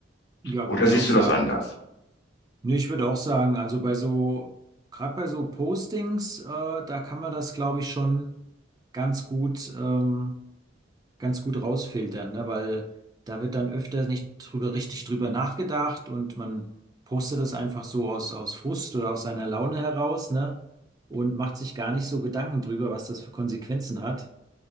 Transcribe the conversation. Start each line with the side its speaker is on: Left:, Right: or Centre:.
Right: Ja,
Left: Oder
Right: würde ich
Left: siehst
Right: auch sagen.
Left: du das anders?
Right: Nee, ich würde auch sagen, also bei so, gerade bei so Postings, äh, da kann man das, glaube ich, schon ganz gut, ähm, ganz gut rausfiltern, ne? Weil da wird dann öfter nicht drüber, richtig drüber nachgedacht und man postet das einfach so aus, aus Frust oder aus seiner Laune heraus, ne? Und macht sich gar nicht so Gedanken drüber, was das für Konsequenzen hat.